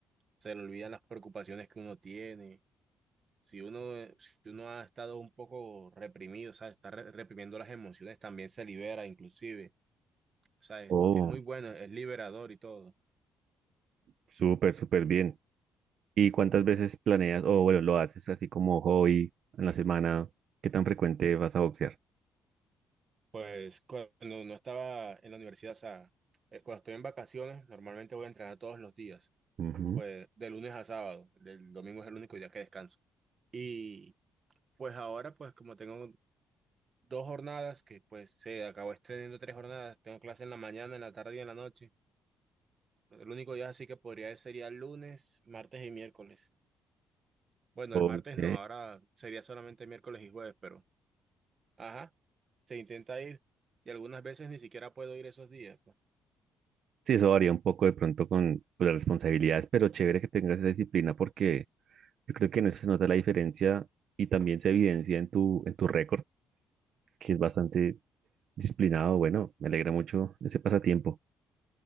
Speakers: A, on the right; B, on the right.
A: se le olvidan las preocupaciones que uno tiene si uno, eh, si uno ha estado un poco reprimido, o sea, está re- reprimiendo las emociones, también se libera inclusive. O sea, es,
B: Oh,
A: es muy bueno, es liberador y todo.
B: súper, súper bien. ¿Y cuántas veces planeas, o bueno, lo haces así como hobby en la semana? ¿Qué tan frecuente vas a boxear?
A: Pues cuando no estaba en la universidad, o sea, eh, cuando estoy en vacaciones, normalmente voy a entrenar todos los días,
B: Ujú,
A: pues de lunes a sábado, el domingo es el único día que descanso. Y pues ahora, pues como tengo dos jornadas, que pues se acabó extendiendo tres jornadas, tengo clase en la mañana, en la tarde y en la noche. El único día así que podría sería lunes, martes y miércoles. Bueno,
B: Ok.
A: el martes no, ahora sería solamente miércoles y jueves, pero ajá, se intenta ir y algunas veces ni siquiera puedo ir esos días. pues.
B: Sí, eso varía un poco de pronto con pues, las responsabilidades, pero chévere que tengas esa disciplina porque yo creo que en eso se nota la diferencia y también se evidencia en tu, en tu récord, que es bastante Disciplinado, bueno, me alegra mucho ese pasatiempo.